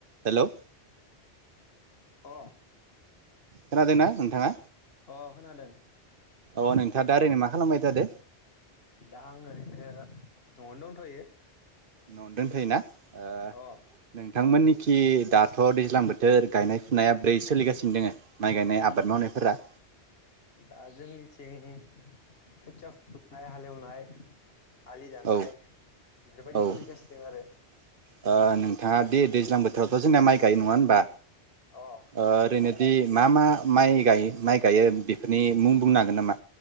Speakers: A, on the right (about 55°); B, on the left (about 60°).
A: हेलौ
B: अ
A: खोनादों ना नोंथाङा
B: अ खोनादों
A: अ नोंथाङा दा ओरैनो मा खालामबाय थादो
B: दा आङो बि नआवनो दंथयो
A: नआव दोंथयो ना ओ नों
B: अ
A: नोंथांमोननिखि दाथ दैज्लां बोथोर गायनाय फुनाया ब्रै सोलिगासिनो दोङो माइ गायनाय आबाद मावनायफोरा
B: दा जोंनिथिं खोथिया फुनाय हालेवनाय आलि दाननाय
A: औ
B: बेफोरबायदि
A: औ ओ
B: सोलिगासिनो दं आरो
A: नोंथाङा दि दैज्लां बोथोरावथ जोंना माइ गायो नङा होनबा
B: अ
A: ओ ओरैनोथ बि मा मा माइ गायो माइ गायो बेफोरनि मुं बुंनो हागोन नामा?